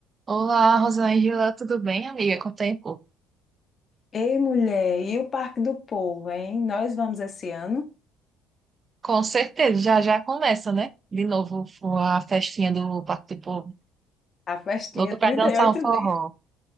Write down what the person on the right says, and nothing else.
Olá, Rosângela, tudo bem, amiga? Com o tempo?
Com certeza, já já começa, né? De novo a festinha do Parque do Povo.
Louco pra
dançar um forró.